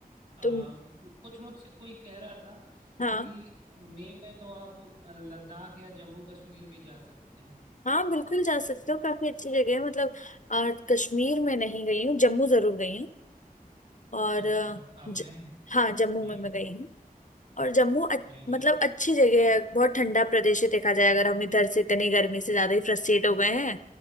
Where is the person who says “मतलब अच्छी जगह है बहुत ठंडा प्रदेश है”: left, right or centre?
Left